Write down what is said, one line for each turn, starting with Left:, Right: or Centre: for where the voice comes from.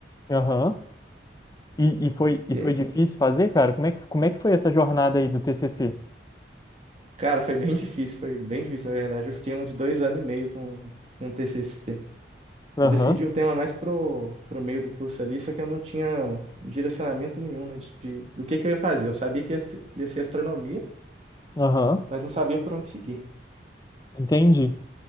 Left: Aham. E, e foi, e
Right: E
Left: foi
Right: aí,
Left: difícil fazer, cara? Como é que, como é que foi essa jornada aí do TCC?
Right: cara, foi bem difícil, foi bem difícil, na verdade. Eu fiquei uns dois anos e meio com, com o TCC.
Left: Aham,
Right: Eu decidi o tema mais pro, pro meio do curso ali, só que eu não tinha direcionamento nenhum, né, de, de- do que que eu ia fazer. Eu sabia que ia, se- ia ser astronomia,
Left: aham.
Right: mas não sabia por onde seguir.
Left: Entendi.